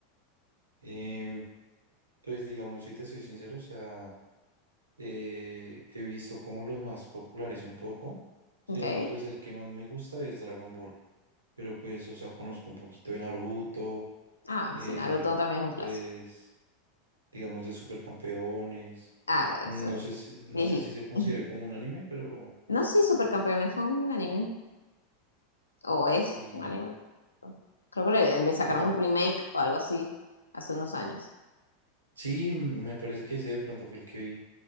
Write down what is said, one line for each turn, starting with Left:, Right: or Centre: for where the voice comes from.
Right: Em, pues digamos, si te soy sincero, o sea... Eh, he visto como los más populares un poco. O
Left: Ok.
Right: digamos, pues el que más me gusta es Dragon Ball. Pero pues, o sea, conozco un poquito de Naruto,
Left: Ah,
Right: eh,
Left: sí, Naruto también es un clásico.
Right: pues, digamos, de Supercampeones.
Left: Ah, bueno,
Right: No
Left: eso es
Right: sé si, no
Left: viejito.
Right: sé si se considere
Left: <laughs>
Right: como un anime, pero
Left: No, sí, Supercampeones fue un anime. O es
Right: sí.
Left: un anime. Creo que le, le sacaron
Right: no-
Left: un remake o algo así hace unos años.
Right: sí, me parece que ese de pronto fue el que vi.